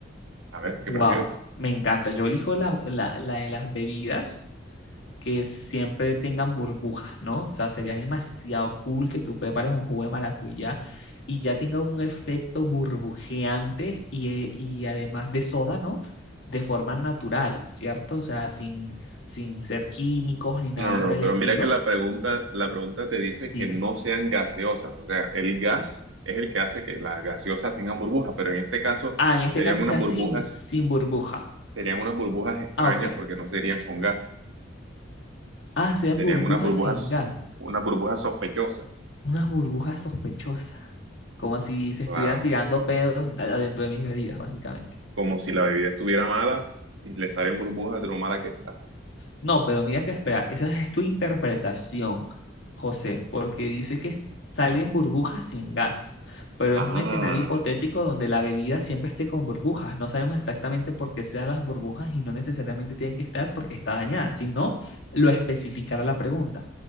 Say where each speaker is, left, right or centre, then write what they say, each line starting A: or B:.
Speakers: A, on the right (about 85°); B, on the left (about 65°).
A: A ver, ¿qué
B: Wow,
A: prefieres?
B: me encanta. Yo elijo la, la, la de las bebidas que siempre tengan burbujas, ¿no? O sea, sería demasiado cool que tú prepares un jugo de maracuyá y ya tenga un efecto burbujeante y, eh, y además de soda, ¿no? De forma natural, ¿cierto? O sea, sin, sin ser químicos ni nada
A: No, no,
B: por
A: no, no,
B: el
A: pero
B: estilo.
A: mira que la pregunta, la pregunta te dice
B: Dime.
A: que no sean gaseosas. O sea, el gas es el que hace que las gaseosas tengan burbujas, pero en este caso
B: Ah, en este
A: serían
B: caso
A: unas
B: sea
A: burbujas,
B: sin, sin burbuja.
A: serían unas burbujas extrañas
B: Ah, ok.
A: porque no serían con gas,
B: Ah, sean
A: serían
B: burbujas
A: unas burbujas,
B: sin gas.
A: unas burbujas sospechosas.
B: Unas burbujas sospechosas. Como si se estuvieran
A: Claro.
B: tirando pedos adentro de mis bebidas, básicamente.
A: como si la bebida estuviera mala y le salen burbujas de lo mala que está.
B: No, pero mira que espera, esa es tu interpretación, José, porque dice que salen burbujas sin gas, pero
A: Ah,
B: es un escenario hipotético donde la bebida siempre esté con burbujas. No sabemos exactamente por qué sean las burbujas y no necesariamente tienen que estar porque está dañada, sino lo especificará la pregunta.